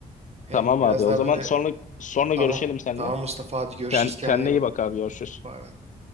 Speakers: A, on the right (about 35°); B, on the left (about 45°).
A: Hem
B: Tamam
A: biraz
B: abi. O
A: daha
B: zaman
A: böyle
B: sonra sonra
A: tamam.
B: görüşelim seninle.
A: Tamam Mustafa hadi görüşürüz
B: Kend-
A: kendine
B: Kendine
A: iyi bak.
B: iyi bak abi. Görüşürüz.
A: Bay bay.